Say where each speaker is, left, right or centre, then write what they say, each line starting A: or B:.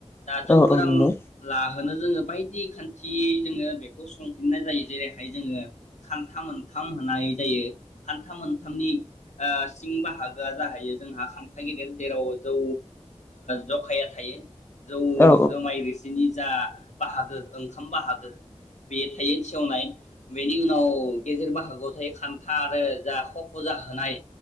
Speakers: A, on the left; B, on the left.
A: दा
B: नोंथां
A: जौ
B: औ
A: गोरान
B: औ नंगौ
A: लाहोनो जोङो बायदि खान्थि जोङो बेखौ संफिननाय जायो जेरैहाय जोङो खान्था मोनथाम होननाय जायो खान्था मोनथामनि ओ सिं बाहागोआ जाहैयो जोंहा खान्था गेदेर जेराव जौ जखाया थायो। जौ
B: औ
A: जुमाइ रोसि नि जा बाहागो ओंखाम बाहागो बेयो थायो सेवनाय बेनि उनाव गेजेर बाहागोआव थायो खान्था आरो जा खफ' जाहोनाय।